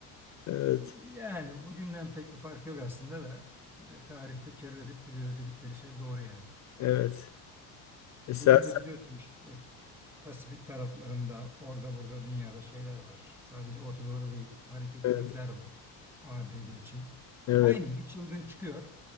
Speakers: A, on the left; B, in the centre.
A: Evet,
B: Yani bugünden pek bir fark yok aslında da e, tarihte kerür edip duruyor dedikleri şey doğru yani.
A: evet. Esasen
B: Bugün de biliyorsun işte Pasifik taraflarında orada burada dünyada şeyler var. Sadece Orta Doğu'da değil hareketlilikler
A: evet,
B: var ABD için.
A: evet,
B: Aynı bir çılgın çıkıyor.